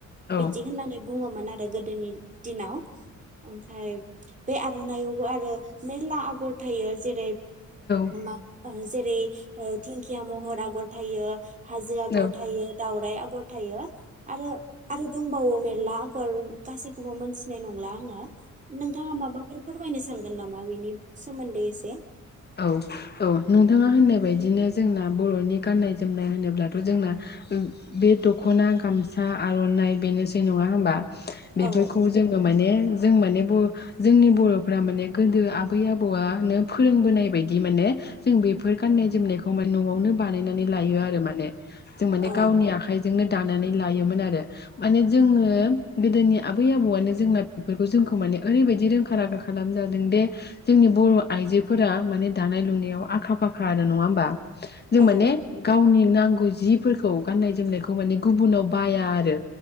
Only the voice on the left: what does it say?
औ
औ
औ
औ औ नोंथाङा होननाय बदियैनो जोंना बर'नि गाननाय जोमनाय होनोब्लाथ' जोंना बे दख'ना, गामसा, आर'नाइ बेनोसै नङा होमबा?
बेफोरखौ जोङो माने जों माने ब जोंनि बर'फ्रा माने गोदो आबै आबौआनो फोरों बोनाय बायदि माने जों बेफोर गाननाय जोमनायखौ मा न'आवनो बानायनानै लायो आरो माने। जों माने
गावनि आखाइ जोंनो दानानै लायोमोन आरो। माने जोङो
गोदोनिया आबै आबौआनो जोंना बेफोरखौ जोंखौ माने ओरैबायदि रोंखा-राखा खालामजादों दे जोंनि बर' आइजो फोरा माने दानाय लुनायाव आखा-फाखा नङा होमबा? जों
माने गावनि नांगौ जिफोरखौ गाननाय जोमनायखौ माने गुबुनाव बाया आरो।